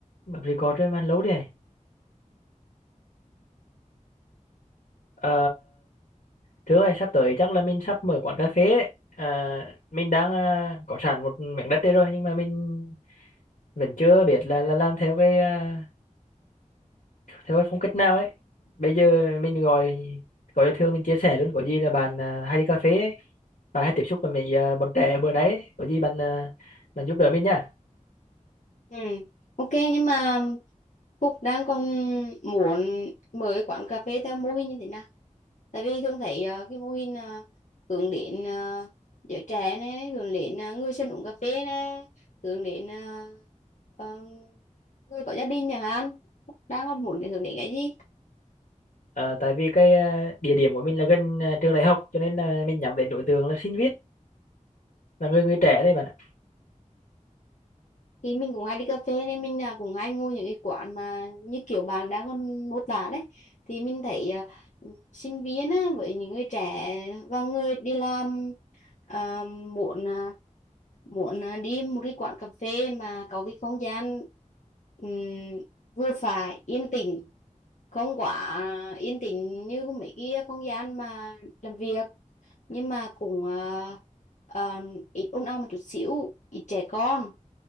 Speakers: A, on the left; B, on the left.
A: Bạn record trên man lố đi này. Ờ, thứ ơi, sắp tới chắc là mình sắp mở quán cà phê đấy. Ờ, mình đang ờ, có sẵn một miếng đất đây rồi nhưng mà mình vẫn chưa biết là, là làm theo cái ờ, theo cái phong cách nào ấy. Bây giờ mình gọi gọi cho Thương mình chia sẻ luôn có gì là bạn ờ, hay đi cà phê ấy. Bạn hay tiếp xúc với mấy ờ, bọn trẻ bữa đấy, ấy. có gì bạn ờ, bạn giúp đỡ mình nha.
B: Ừ, ok nhưng mà Phúc đang còn muốn mở cái quán cà phê theo mô hình như thế nào? Tại vì thường thấy ờ, cái mô hình ờ, hướng đến ờ, giới trẻ này, hướng đến ờ, người dân uống cà phê này, hướng đến ờ, ờ, người có gia đình chẳng hạn. Phúc đang còn muốn để hướng đến cái gì?
A: Ờ, tại vì cái ờ, địa điểm của mình là gần ờ, trường đại học cho nên là mình nhắm đến đối tượng là sinh viên, là người người trẻ đây bạn ạ.
B: thì mình cũng hay đi cà phê nên mình à, cũng hay ngồi những cái quán mà như kiểu bạn đang còn mô tả đấy thì mình thấy à, sinh viên á, với những người trẻ và người đi làm à, muốn à, muốn à, đi một cái quán cà phê mà có cái không gian ừm, vừa phải yên tĩnh không quá à, yên tĩnh như mấy cái không gian mà làm việc nhưng mà cũng ờ, ờ, ít ôn ong một chút xíu ít trẻ con